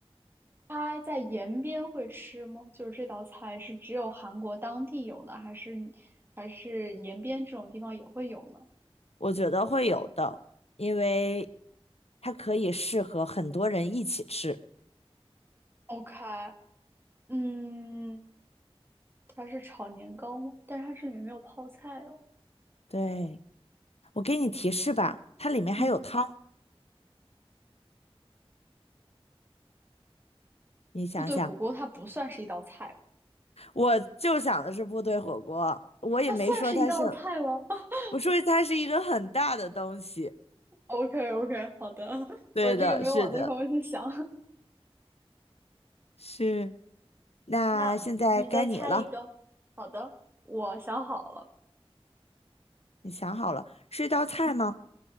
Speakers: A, on the right; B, on the left.
A: 它在延边会吃吗？就是这道菜是只有韩国当地有呢，还是还是延边这种地方也会有呢
B: 我觉得会有的，因为它可以适合很多人一起吃。
A: ？OK，嗯，它是炒年糕吗？但是它这里面没有泡菜哦。
B: 对，我给你提示吧，它里面还有汤，
A: 嗯。
B: 你想想，
A: 部队火锅它不算是一道菜，
B: 我就想的是部队火锅，我也没说它是，
A: 它算是一道菜吗 <laughs>
B: 我说它是一个很大的东西。
A: ？OK OK，好的，<laughs>
B: 对的，
A: 我这个没有往那方面去想
B: 是的，是。那现在该你了，
A: <laughs>。那你再猜一个。好的，我想好了，
B: 你想好了，是一道菜吗？
A: 嗯，